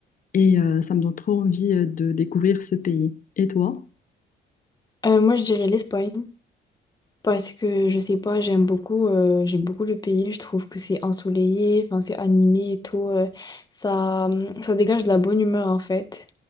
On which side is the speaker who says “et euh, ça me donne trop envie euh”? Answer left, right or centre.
Left